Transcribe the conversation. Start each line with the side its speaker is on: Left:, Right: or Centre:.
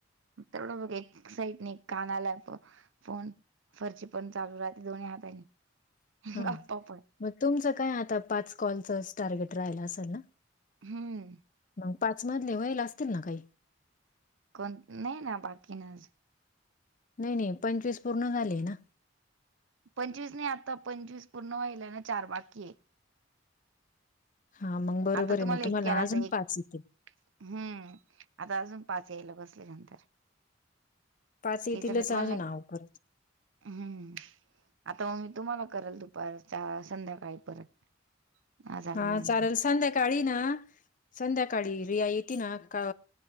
Right: तेवढं मघ एक्साइट नाही कानाला प फोन फरची पण चालू राहते दोनही हातानी
Left: हा
Right: गप्पा पण
Left: मग तुमचं काय आता पाच कॉलचं टार्गेट राहिला असेल ना
Right: हम्म
Left: मग पाच मधले व्हायला असतील ना काही
Right: कोण नाही ना बाकी नाज
Left: नाही नाही पंचवीस पूर्ण झाले ना
Right: पंचवीस नाही आता पंचवीस पूर्ण व्हाला ना चार बाकी आहे
Left: हा मग बरोबर
Right: आता
Left: आहे मग तुम्हाला
Right: एक केला
Left: अजून
Right: तर एक
Left: पाच यथे
Right: हम्म आता अजून पाच येल कसल्या नंतर
Left: पाच येतीलच
Right: तीच भीती
Left: अजून
Right: पनला
Left: आहो परत
Right: हम्म आता मग मी तुम्हाला करेल दुपारच्या संध्याकाळी परत आज आल्यानंतर
Left: हा चालेल संध्याकाळी ना संध्याकाळी रिया येते ना का